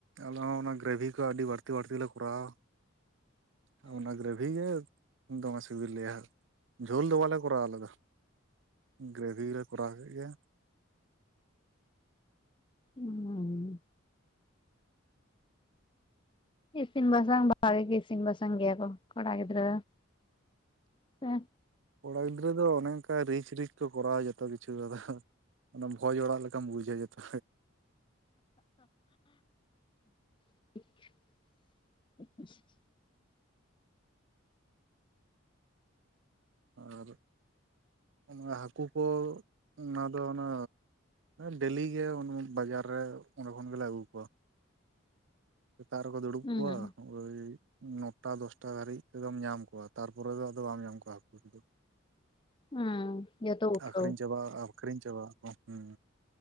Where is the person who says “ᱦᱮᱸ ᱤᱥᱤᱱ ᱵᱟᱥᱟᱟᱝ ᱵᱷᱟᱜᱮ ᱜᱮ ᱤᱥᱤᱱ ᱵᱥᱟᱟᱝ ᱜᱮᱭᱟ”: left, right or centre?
Left